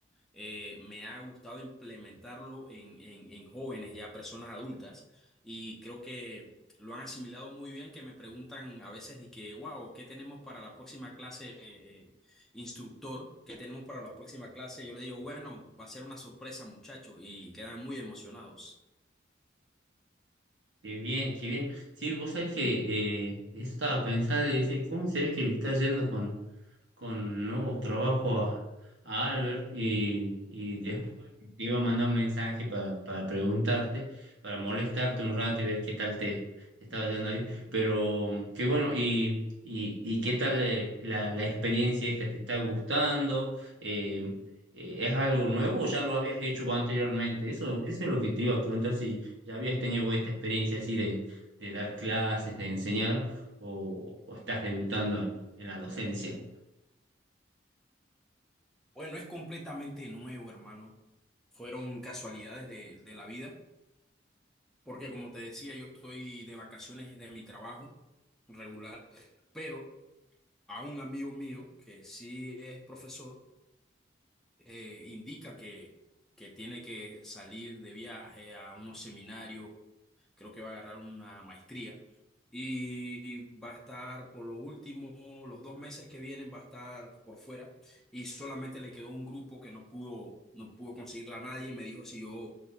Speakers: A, in the centre; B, on the right.
A: Eh, me ha gustado implementarlo en, en, en jóvenes, ya personas adultas, y creo que lo han asimilado muy bien, que me preguntan a veces de que, wow, ¿qué tenemos para la próxima clase, eh, instructor? ¿Qué tenemos para la próxima clase? Yo le digo, bueno, va a ser una sorpresa, muchachos, y quedan muy emocionados.
B: Qué bien, qué bien. Sí, vos sabés que eh, estaba pensando y dije, ¿cómo será que le está yendo con, con nuevos trabajos a, a Albert y, y después te iba a mandar un mensaje para, para preguntarte, para molestarte un rato y ver qué tal te, te estaba yendo ahí. Pero qué bueno, y, y, y qué tal eh, la, la experiencia esta, ¿te está gustando? Eh, eh, ¿es algo nuevo o ya lo habías hecho vos anteriormente? Eso, eso es lo que te iba a preguntar, si ya habías tenido vos esta experiencia así de, de dar clases, de enseñar, o, o estás debutando en en la docencia.
A: Bueno, es completamente nuevo, hermano. Fueron casualidades de, de la vida, porque como te decía, yo estoy de vacaciones de mi trabajo regular, pero a un amigo mío que sí es profesor, eh, indica que, que tiene que salir de viaje a unos seminarios creo que va a agarrar una maestría y va a estar por lo último, los dos meses que vienen va a estar por fuera y solamente le quedó un grupo que no pudo, no pudo conseguirla a nadie y me dijo si yo